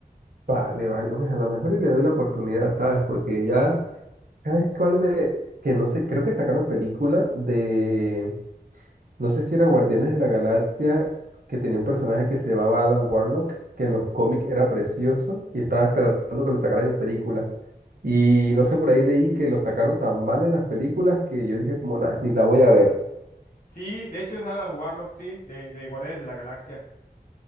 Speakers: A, on the right; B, on the left.
A: vale, vale. Pues a lo mejor y le doy la oportunidad, ¿sabes? Porque ya, ¿sabes cuál me...? Que no sé, creo que sacaron película de... No sé si era Guardianes de la Galaxia, que tenía un personaje que se llamaba Adam Warlock, que en los cómics era precioso y estaba esperando que lo sacaran en película. Y no sé, por ahí leí que lo sacaron tan mal en las películas que yo dije como, nada, ni la voy a ver.
B: Sí, de hecho es Adam Warlock, sí, de, de Guardianes de la Galaxia.